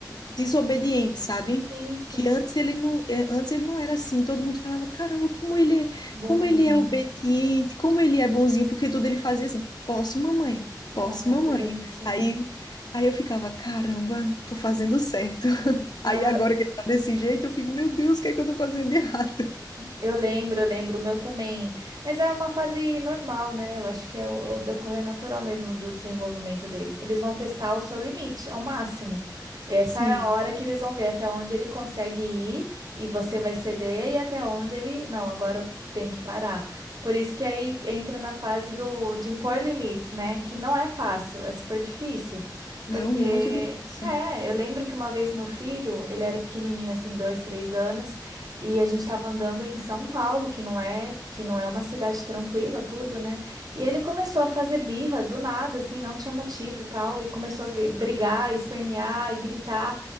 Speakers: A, on the left; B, on the right.
A: desobediente, sabe?
B: Sim, sim.
A: Que antes ele não, é, antes ele não era assim. Todo mundo falava, caramba, como ele é,
B: Bonzinho.
A: como ele é obediente, como ele é bonzinho, porque tudo ele fazia assim, posso, mamãe,
B: Olha,
A: posso, mamãe.
B: que bonitinho.
A: Aí, aí eu ficava, caramba, tô fazendo certo. <laughs>
B: Não,
A: Aí agora que ele tá desse jeito, eu fico, meu Deus, o que é que eu tô fazendo de errado?
B: Eu lembro, eu lembro, o meu também. Mas é uma fase normal, né? Eu acho que é o, o decorrer natural mesmo do desenvolvimento deles. Eles vão testar o seu limite ao máximo. Essa
A: Sim,
B: é a hora que eles vão ver até onde ele consegue ir e você vai ceder e até onde ele, não, agora eu tenho que parar. Por isso que aí entra na fase do de impor limites, né? Que não é fácil, é super difícil,
A: não,
B: porque
A: muito difícil.
B: É, eu lembro que uma vez meu filho, ele era pequenininho assim, dois, três anos, e a gente estava andando em São Paulo, que não é, que não é uma cidade tranquila, tudo, né? E ele começou a fazer birra do nada, assim, não tinha motivo, tal, e começou a gri- brigar, espernear e gritar.